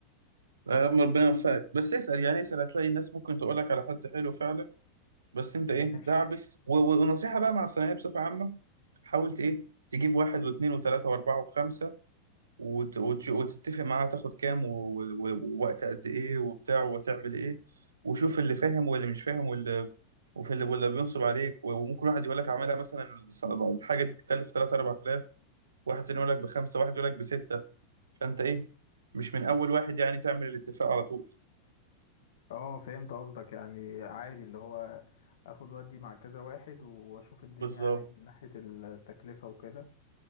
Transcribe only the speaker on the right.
آه، ربنا يوفقك بس اسأل يعني اسأل هتلاقي الناس ممكن تقولك على حد حلو فعلا بس انت ايه
دعبس و- و- ونصيحة بقى مع الثانوية بصفة عامة حاولت ايه تجيب واحد واثنين وثلاثة واربعة وخمسة وت- وت- وتتفق معاه تاخد كام و- و- و- ووقت قد ايه وبتاع وتعمل ايه وشوف اللي فاهم واللي مش فاهم واللي وفي اللي واللي بينصب عليك و- وممكن واحد يقول لك اعملها مثلا الص- الحاجة دي تتكلف 3 4000 واحد تاني يقول لك بخمسة واحد يقول لك بستة فانت ايه مش من اول واحد يعني تعمل الاتفاق على طول
بالظبط